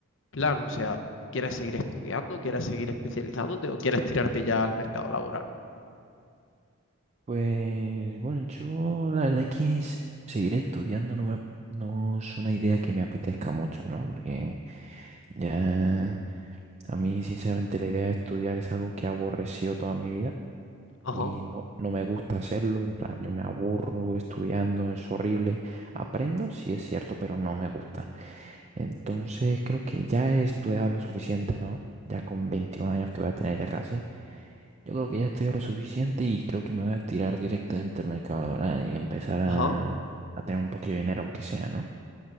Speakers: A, on the left; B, on the right.
A: plan. O sea, ¿quieres seguir estudiando? ¿Quieres seguir especializándote? ¿O quieres tirarte ya al mercado laboral?
B: Pues bueno, yo la verdad es que es- seguir estudiando no me, no es una idea que me apetezca mucho, ¿no? Porque ya a mí sinceramente la idea de estudiar es algo que he aborrecido toda mi vida.
A: Ajá,
B: y no, no me gusta hacerlo, en plan, yo me aburro estudiando, es horrible. Aprendo, sí es cierto, pero no me gusta. Entonces creo que ya he estudiado lo suficiente, ¿no? Ya con 21 años que voy a tener ya casi, yo creo que ya he estudiado lo suficiente y creo que me voy a tirar directamente al mercado laboral y empezar a,
A: ajá.
B: a tener un poquito de dinero, aunque sea, ¿no?